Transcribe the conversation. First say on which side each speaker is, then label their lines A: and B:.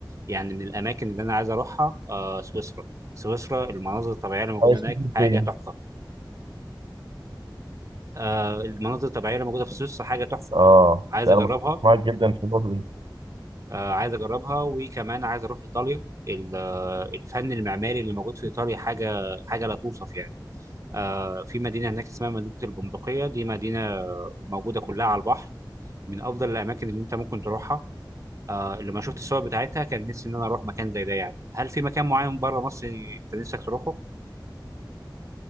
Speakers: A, on the right; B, on the right.
A: يعني من الاماكن اللي انا عايز اروحها آه سويسرا سويسرا المناظر الطبيعيه اللي موجوده
B: عايز
A: هناك
B: تروح
A: حاجه
B: فين؟
A: تحفه آه المناظر الطبيعيه اللي موجوده في سويسرا حاجه تحفه
B: اه
A: عايز
B: ده
A: اجربها
B: انا متفق معاك جدا في النقطه دي
A: آه عايز اجربها وكمان عايز اروح ايطاليا ال- آه، الفن المعماري اللي موجود في ايطاليا حاجه حاجه لا توصف يعني آه، في مدينه هناك اسمها مدينه البندقيه دي مدينه موجوده كلها على البحر من افضل الاماكن اللي انت ممكن تروحها آه، لما شفت الصور بتاعتها كان نفسي ان انا اروح مكان زي ده يعني هل في مكان معين بره مصر انت نفسك تروحه